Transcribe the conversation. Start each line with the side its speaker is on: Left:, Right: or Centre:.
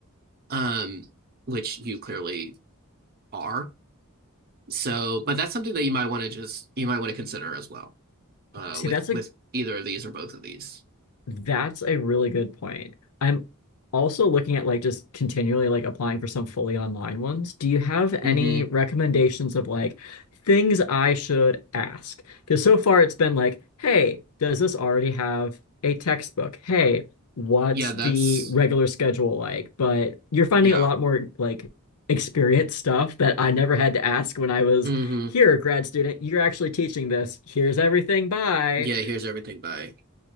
Right: um, which you clearly are. So, but that's something that you might want to just you might want to consider as well. uh
Left: See,
Right: with
Left: that's a
Right: with either of these or both of these.
Left: That's a really good point. I'm also looking at like just continually like applying for some fully online ones. Do you have any
Right: Mm-hmm.
Left: recommendations of like things I should ask? Because so far it's been like, hey, does this already have a textbook? Hey, what's
Right: Yeah, that's
Left: the regular schedule like? But you're finding
Right: yeah.
Left: a lot more like experience stuff that I never had to ask when I was
Right: Mm-hmm.
Left: here, grad student. You're actually teaching this. Here's everything. Bye.
Right: Yeah, here's everything by.